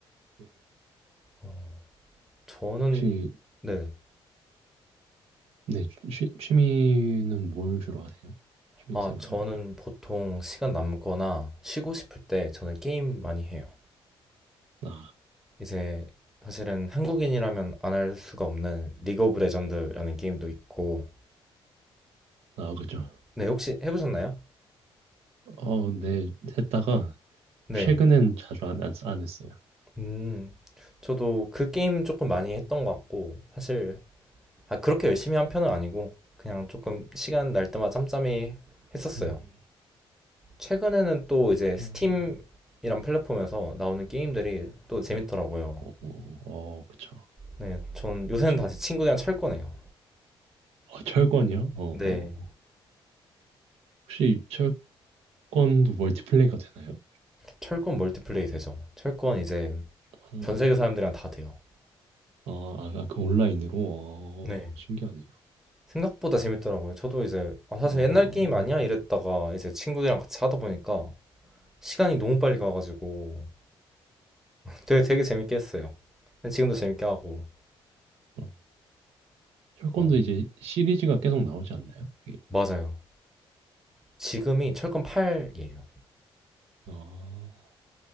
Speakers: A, on the right; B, in the centre.
A: 네.
B: 어, 저는,
A: 혹시,
B: 네.
A: 네, 취, 취미는 뭘 주로 하세요? 취미
B: 아,
A: 생활은?
B: 저는 보통 시간 남거나 쉬고 싶을 때 저는 게임 많이 해요.
A: 아,
B: 이제 사실은 한국인이라면 안 할 수가 없는 리그 오브 레전드라는 게임도 있고.
A: 아, 그죠.
B: 네, 혹시 해보셨나요?
A: 어, 네, 했다가,
B: 네.
A: 최근엔 자주 안, 안, 안 했어요.
B: 음, 저도 그 게임 조금 많이 했던 것 같고, 사실, 아, 그렇게 열심히 한 편은 아니고, 그냥 조금 시간 날 때마다 짬짬이 했었어요.
A: 음,
B: 최근에는 또 이제 스팀이란
A: 나는-
B: 플랫폼에서 나오는 게임들이 또 재밌더라고요.
A: 어, 어, 그쵸.
B: 네, 전 요새는
A: 혹시,
B: 다시 친구들이랑 철거네요.
A: 어, 철권이요? 어, 어.
B: 네.
A: 혹시 철권도 멀티플레이가 되나요?
B: 철권 멀티플레이 되죠. 철권 이제
A: 어,
B: 전 세계 사람들이랑 다 돼요.
A: 어, 아, 아, 아, 그 온라인으로?
B: 네.
A: 어, 신기하네요.
B: 생각보다 재밌더라고요. 저도 이제 아, 사실
A: 어,
B: 옛날 게임 아니야 이랬다가 이제 친구들이랑 같이 하다 보니까 시간이 너무 빨리 가가지고 되게 되게 재밌게 했어요. 근데 지금도 재밌게 하고.
A: 어. 철권도
B: 어,
A: 이제 시리즈가 계속 나오지 않나요? 그게.
B: 맞아요. 지금이 철권 8이에요.
A: 어.